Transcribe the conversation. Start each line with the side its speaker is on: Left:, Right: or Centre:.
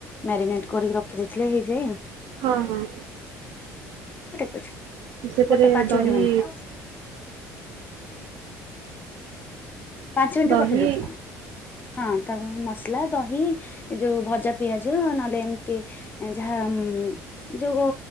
Left: ମ୍ୟାରିନେଟ କରିକି ରଖ ଦେଖିଲେ ହେଇଯାଇ ଆଉ
Right: ହଁ ହଁ
Left: ଡାକୁଚି,
Right: ସେଥିରେ
Left: ଗୋଟେ ପାଞ୍ଚ
Right: ଦହି
Left: ମିନିଟ ମାମ ପାଞ୍ଚ ମିନିଟ
Right: ଦହି
Left: ରେ ପଠେଇ ଦଉଛି ମାମ। ହଁ ତାପରେ ମସଲା ଦହି ଏ ଯୋଉ ଭଜା ପିଆଜ ନହେଲେ ଏମିତି ଯାହା ଉମ ଯୋଉ ଗୋ